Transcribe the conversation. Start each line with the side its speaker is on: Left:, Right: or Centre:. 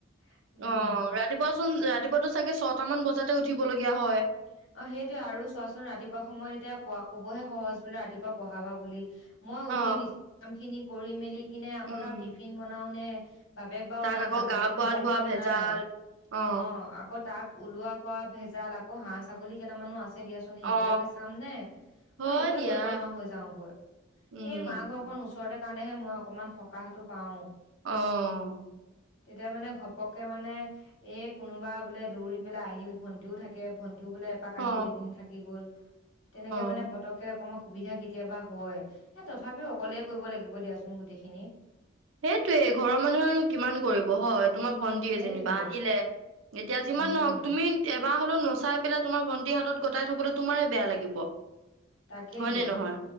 Left: উম
Right: অহ ৰাতিপুৱাচোন ৰাতি ৰাতিপুৱাতো চাগে ছটামান বজাতে উঠিবলগীয়া হয়
Left: অহ, সেইটোয়ে আৰু চোৱাচোন ৰাতিপুৱা সময়ত এতিয়া কোৱা কবহে সহজ বোলে ৰাতিপুৱা পঢ়াবা বুলি মই
Right: অ
Left: উঠি নিজৰ কামখিনি কৰি মেলি কিনে আকৌ
Right: উম
Left: তাৰ টিফিন বনাওঁনে বাপেক বাৰু
Right: তাক
Left: নাই
Right: আকৌ
Left: বাপেকৰ
Right: গা
Left: ভেজালটো
Right: পা ধোৱা
Left: মোৰ
Right: ভেজাল
Left: নাই
Right: অ
Left: অহ আগত তাক ওলোৱা কৰা ভেজাল আকৌ হাঁহ- ছাগলী কেইটামানো আছে দিয়াচোন
Right: অ
Left: সেইকেইটাকে চাম নে
Right: হয়
Left: মই একোৱে
Right: দিয়া
Left: কৰিব নোৱাৰা হৈ যাওগৈ
Right: উম
Left: এই মাহ ঘৰখন ওচৰতে কাৰণেহে মই অকমান সকাহটো পাও।
Right: অ',
Left: তেতিয়া মানে ঘপককে মানে এই কোনোবা বোলে দৌৰি পেলাই আহিল ভন্টিও থাকে ভন্টি টো বোলে এপাক
Right: অ
Left: আহিল এদিন থাকি গ'ল তেনেকে মানে
Right: অ
Left: পতককে অকমান সুবিধা কেতিয়াবা হয় হে তথাপিও অকলে কৰিব লাগিব দিয়াচোন গোটেইখিনি।
Right: সেইটোৱে ঘৰৰ মানুহেনো কিমান কৰিব হয় তোমাৰ ভন্টিয়ে
Left: সেইটোৱে
Right: যেনিবা আহিলে এতিয়া যিমান
Left: উম
Right: নহক তুমি <unintelligible> পেলাই তোমাৰ ভন্টি হাতত গটাই থবলে তোমাৰে বেয়া লাগিব।
Left: তাকেইতো
Right: হয়নে নহয়